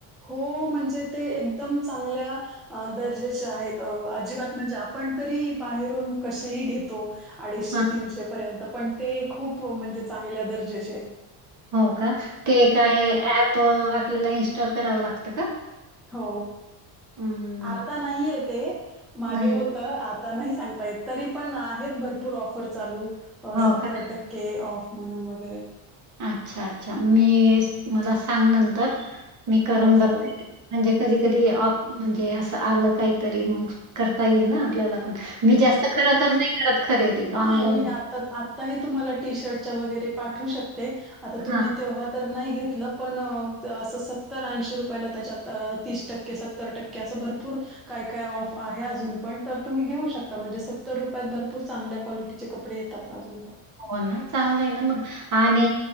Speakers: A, in the centre; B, on the right.
A: हो म्हणजे ते एकदम चांगल्या अ दर्जेचे आहेत. अजिबात म्हणजे आपण तरी बाहेरून कसेही घेतो. अडीचशे
B: हां.
A: तीनशे पर्यंत पण ते खूप म्हणजे चांगल्या दर्जेचे. येत
B: हो का, ते काय ऍप आपल्याला इन्स्टॉल करावं लागतं का?
A: हो
B: अं,
A: आता नाहीय ते मागे
B: नाही
A: हो आता नाही सांगता येत तरी पण आहेत भरपूर ऑफर चालू
B: हो
A: सत्तर
B: का?
A: टक्के के ऑफ म्हणून वगैरे
B: अच्छा! अच्छा! मी मला सांग नंतर मी करून
A: हो,
B: बघ
A: चालेल.
B: म्हणजे कधी कधी ऑफ म्हणजे असं आलं काहीतरी मग करता येईल ना आपल्याला. मी जास्त खर तर नाही करत खरेदी.
A: हा
B: ऑनलाईन.
A: मी आता आताही तुम्हाला टी शर्टच्या वगैरे पाठवू शकते आता तुम्ही
B: हां,
A: तेव्हा तर नाही घेतलं पण अस सतर ऐशी रुपयाला त्याच्यात तीस टक्के सतर टक्के भरपूर काय काय ऑफ आहे अजून पण तर तुम्ही घेऊ शकता म्हणजे सत्तर रुपयात भरपूर चांगल्या क्वालिटीचे कपडे येतात अजून पण
B: हो ना चांगलं आहे ना मग, आणि